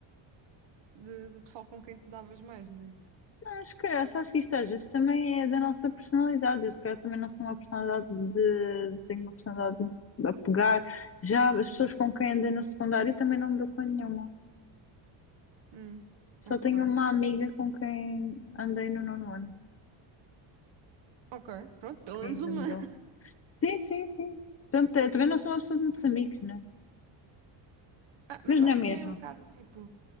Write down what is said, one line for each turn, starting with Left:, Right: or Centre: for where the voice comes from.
Right: de- do pessoal com quem te davas mais, né?
Left: Acho que, acho que isto às vezes também é da nossa personalidade. Eu, se calhar, também não sou uma personalidade de. Tenho uma personalidade de me apegar. Já as pessoas com quem andei no secundário também não me dou com nenhuma.
Right: Hum,
Left: Só
Right: ok.
Left: tenho uma amiga com quem andei no nono ano,
Right: Ok, pronto, pelo
Left: que
Right: menos
Left: ainda
Right: uma.
Left: me dou.
Right: <laughs>
Left: Sim, sim, sim. Portanto, eu também não sou uma pessoa de muitos amigos, né?
Right: Ah, mas
Left: Mas
Right: eu
Left: não
Right: acho
Left: é mesmo.
Right: que também é um bocado tipo,